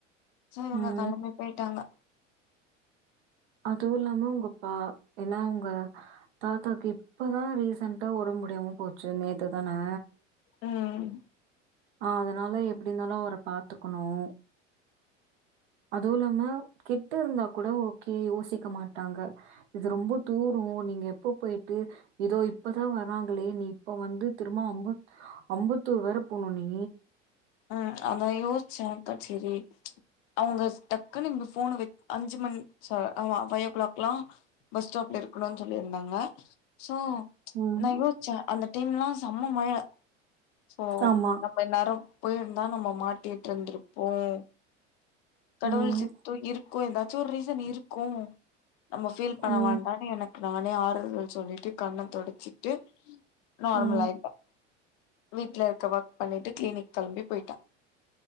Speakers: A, on the left; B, on the right.
A: சரிஇவங்க
B: ம்.
A: கிளம்பி போயிட்டாங்க
B: அதுவும் இல்லாம உங்க பா ஏன்னா உங்க தாத்தாக்கு இப்பதான் ரீசென்டா உடம்முடியாம போச்சு நேத்து தானே
A: உஹம்
B: ஆஹ் அதனால எப்படி இருந்தாலும் அவரை பாத்துக்கணும் அதுவும் இல்லாம கிட்ட இருந்தா கூட ஓகே யோசிக்க மாட்டாங்க இது ரொம்ப தூரம் நீங்க எப்ப போயிட்டு ஏதோ இப்பதான் வராங்களே நீ இப்ப வந்து திரும்ப அம்பத் அம்பத்தூர் வேற போனும் நீ
A: ஹம் அதான் யோசிச்சக்கா சரி அவங்க டக்குங்க போனு அஞ்சு மணிவ் ஓ கிளாக் எலாம் பஸ் ஸ்டாப்ல இருக்கணும் சொல்லியிருந்தாங்க சோ
B: ம்.
A: நான் யோசிச்சேன் அந்த டைம் எலாம் செம மழ சோ
B: ஆமா.
A: நம்ம எநாரும் போயிருந்தா நம்ம மாட்டிட்டு இருந்திருப்போம் கடவுள்சித்து
B: ம்.
A: இ எந்தாச்சும் ஒரு ரீசன் இருக்கும் நம்ம ஃபீல் பண்ண
B: ம்.
A: வேண்டாம் எனக்கு நானே ஆறுதல் சொல்லிட்டு கண்ண தொட வச்சிட்டு நர்மல
B: ம்.
A: ஆயிட்டா வீட்ல இருக்க ஒர்க் பண்ணிட்டு கிளீினிக் கிளம்பி போயிட்டேன்